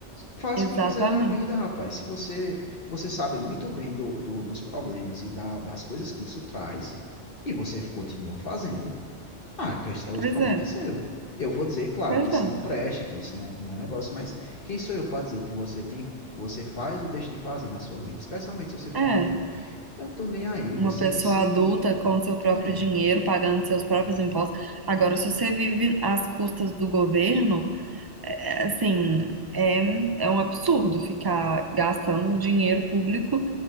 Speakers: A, on the left (about 50°); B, on the right (about 35°).
A: Faça
B: Exatamente.
A: o que quiser da vida, rapaz. Se você você sabe muito bem do, do- dos problemas e da- das coisas que isso traz, e você continua fazendo, ah, que- os
B: Pois
A: problemas
B: é.
A: é seu. Eu vou dizer, claro,
B: Pois
A: que isso
B: é.
A: não preste, que isso não, não é um negócio, mas quem sou eu para dizer o que você tem, você faz ou deixa de fazer na sua vida, especialmente se você for
B: É.
A: um adulto. Eu tô nem aí,
B: Uma
A: você
B: pessoa
A: que se.
B: adulta com seu próprio
A: É,
B: dinheiro, pagando seus próprios impostos. Agora, se você vive às custas do governo. é, assim, é, é um absurdo ficar gastando um dinheiro público.